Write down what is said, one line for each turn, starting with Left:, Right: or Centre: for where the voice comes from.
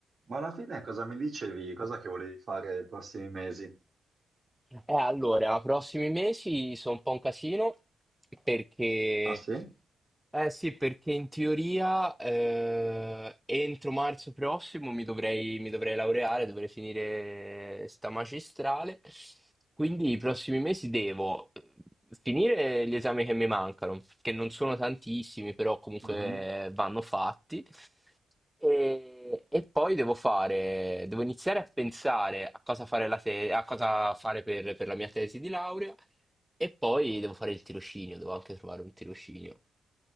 Right: Ma alla fine cosa mi dicevi? Cosa che volevi fare i prossimi mesi?
Centre: Eh, allora, prossimi mesi sono un po' un casino perché,
Right: Ah sì?
Centre: eh sì, perché in teoria eh, entro marzo prossimo mi dovrei, mi dovrei laureare, dovrei finire sta magistrale, quindi i prossimi mesi devo eh, finire gli esami che mi mancano, che non sono tantissimi, però comunque
Right: Mhm.
Centre: vanno fatti. E, e poi devo fare, devo iniziare a pensare a cosa fare, la te- a cosa fare per, per la mia tesi di laurea e poi devo fare il tirocinio, devo anche trovare un tirocinio.